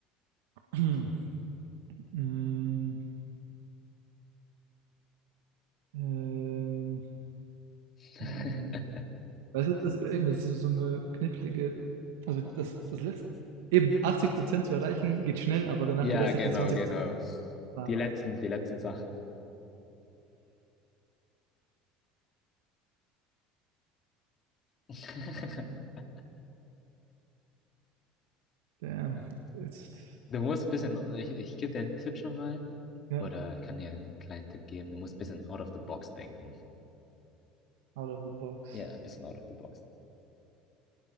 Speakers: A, on the right; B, on the left.
A: <clears throat> Hm. ähm,
B: <laughs>
A: Moment. Das ist, das, eben, das ist so eine knifflige. Also das, das letzte, Eben, 80% zu erreichen geht schnell, aber danach
B: Ja,
A: die restlichen
B: genau,
A: 20%.
B: genau. Die
A: Prozent.
B: letzten, die letzten Sachen. <laughs>
A: Damn. Jetzt,
B: Du musst ein bisschen, ich, ich gebe dir einen Tipp schon mal.
A: ja,
B: Oder ich kann dir einen kleinen Tipp geben. Du musst ein bisschen out of the box denken.
A: out of the box.
B: Ja, ein bisschen out of the box.